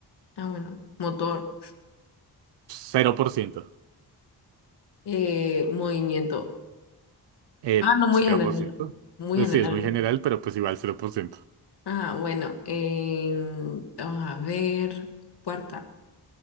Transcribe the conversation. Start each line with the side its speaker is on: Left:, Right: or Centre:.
Left: Ah, bueno. Motor.
Right: Cero por ciento.
Left: Eh, movimiento.
Right: Eh,
Left: Ah, no, muy
Right: 0%.
Left: general. Muy
Right: Pues
Left: general.
Right: sí, es muy general, pero pues igual cero por ciento
Left: Ah, bueno. em, vamos a ver. Puerta,